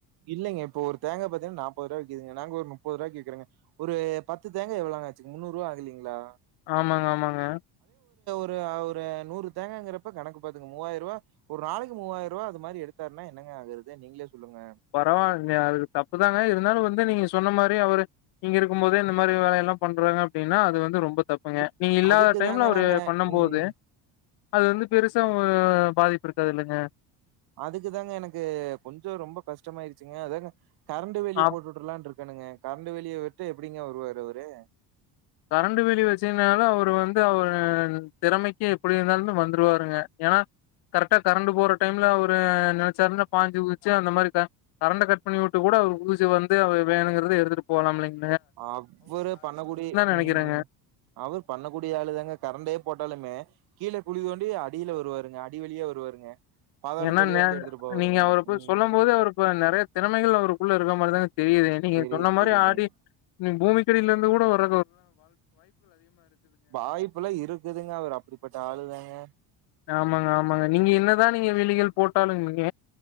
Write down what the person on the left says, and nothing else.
ஆமாங்க ஆமாங்க
பரவாயில் அதுக்கு தப்பு தாங்க இருந்தாலும் வந்து நீங்க சொன்ன மாரி அவர் இங்க இருக்கும் போதே இந்த மாதிரி வேலையல்லாம் பண்றாங்க அப்டின்னா அது வந்து ரொம்ப தப் புங்க
நீங்க இல்லாத
டைம்ல
அவரு
பண்ணும்
போது அது வந்து பெருசாவு பாதிப்பு இருக்காது இல்லங்க
அப்
கரண்ட்டு வேலி வச்சினாலும் அவரு வந்து அவர் திறமைக்கு எப்படி இருந்தாலும் வந்துருவாருங்க ஏன்னா கரெக்டா கரண்ட் போற டைம்ல அவரு நினைச்சாருன பாஞ்சு குதிச்சு அந்த மாரி கரண்ட கட் பண்ணி விட்டு கூட அவர் குதிச்சு வந்து அவ வேணுங்கறத எடுத்துட்டு போலாம்ல்லிங்
நெனைக்கிறேங்க
ஏன்னா
நீங்க அவரு போய்
சொல்லும் போது அவரு இப்ப நிறைய திறமைகள் அவருக்குள்ள இருக்க மாரிதானே தெரியுது நீங்க
சொன்ன மாரி
ஆடி நீ பே பூமிக்கடியில இருந்து கூட வர
ஆமாங்க ஆமாங்க நீங்க என்னதான் நீங்க வேலிகள் போட்டாலும் நீங்க